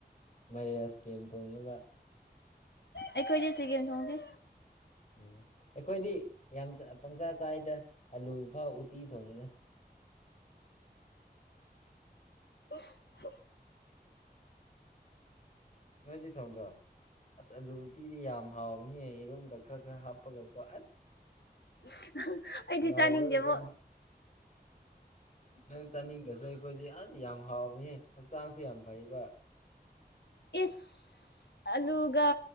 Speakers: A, on the left (about 45°); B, on the left (about 85°).
A: ꯃꯔꯤꯌꯥꯁ ꯀꯦꯝ ꯊꯣꯡꯉꯤꯕ
B: ꯑꯩꯈꯣꯏꯗꯤ ꯁꯤ ꯀꯦꯝ ꯊꯣꯡꯦ
A: ꯎꯝ ꯑꯩꯈꯣꯏꯗꯤ ꯌꯥꯝ ꯄꯪꯆꯥ ꯆꯥꯏꯗ ꯑꯂꯨ ꯐꯥꯎ ꯎꯇꯤ ꯊꯣꯡꯉꯦꯅ
B: ꯑ
A: ꯅꯣꯏꯗꯤ ꯊꯣꯟꯗ꯭ꯔꯣ ꯑꯁ ꯑꯂꯨꯗꯤꯤꯗꯤ ꯌꯥꯝ ꯍꯥꯎꯕꯅꯤꯍꯦ ꯌꯦꯔꯨꯝ ꯈ ꯈꯔ ꯈꯔ ꯍꯥꯞꯄꯒꯄꯣ ꯑꯁ
B: <inaudible>
A: ꯉꯥꯎꯔꯒ
B: ꯆꯥꯅꯤꯡꯗꯦꯕꯣ
A: ꯀ ꯅꯪ ꯆꯥꯅꯤꯡꯕꯁꯨ ꯑꯩꯈꯣꯏꯗꯤ ꯑꯁ ꯌꯥꯝ ꯍꯥꯎꯕꯍꯦ ꯍꯛꯆꯥꯡꯁꯨ ꯌꯥꯝ ꯐꯩꯕ
B: ꯏꯁ ꯑꯂꯨꯒ